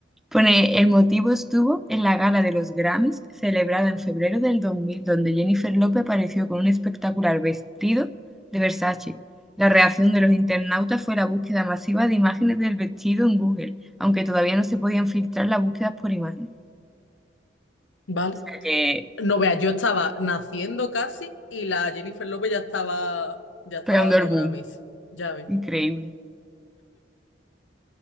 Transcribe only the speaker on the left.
Vale.
No veas, yo estaba naciendo casi y la Jennifer López ya estaba, ya estaba
dando
Grammys. Ya ves.